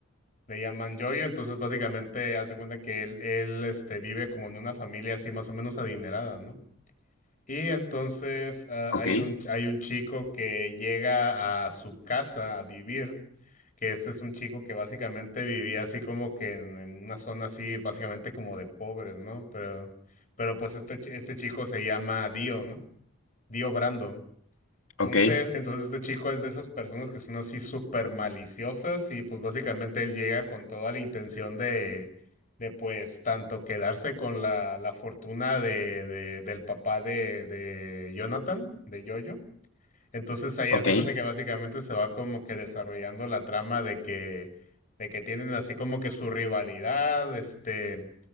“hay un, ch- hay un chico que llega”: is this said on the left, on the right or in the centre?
Left